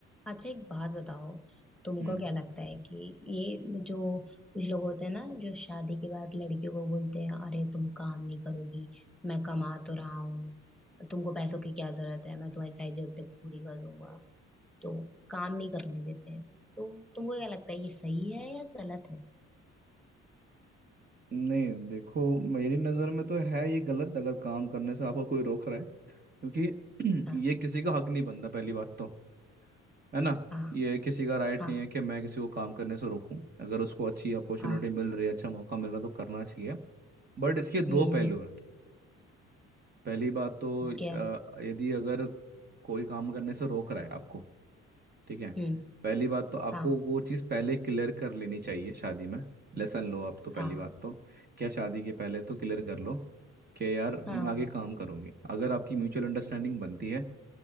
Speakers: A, in the centre; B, on the right (about 30°).
A: अच्छा एक बात बताओ तुमको
B: हम्म
A: क्या लगता है कि ये जो कुछ लोग होते हैं ना जो शादी के बाद लड़कियों को बोलते हैं अरे तुम काम नहीं करोगी मैं कमा तो रहा हूँ तुमको पैसों की क्या जरूरत है मैं तुम्हारी सारी जरूरतें पूरी कर दूंगा तो काम नहीं करने देते हैं तो तुमको क्या लगता है ये सही है या गलत है
B: नहीं देखो मेरी नज़र में तो है ये गलत अगर काम करने से आपको कोई रोक रहा है क्योंकि
A: हाँ
B: <clears throat> ये किसी का हक नहीं बनता पहली बात तो है ना
A: हाँ
B: ये किसी का राइट
A: हाँ
B: नहीं है कि मैं किसी को काम करने से रोकूं अगर उसको अच्छी अपॉर्चुनिटी
A: हाँ
B: मिल रही है अच्छा मौका मिल रहा है तो करना चाहिए बट इसके दो
A: हम्म
B: पहलू हैं पहली बात तो
A: कैस
B: अ, यदि अगर कोई काम करने से रोक रहा है आपको ठीक है
A: हम्म
B: पहली बात तो आपको
A: हाँ
B: वो चीज़ पहले क्लियर कर लेनी चाहिए शादी में लेसन लो आप तो पहली
A: हाँ
B: बात तो क्या शादी के पहले तो क्लियर कर लो कि यार
A: हाँ
B: मैं आगे काम करूंगी अगर आपकी म्यूचुअल अंडरस्टैंडिंग बनती है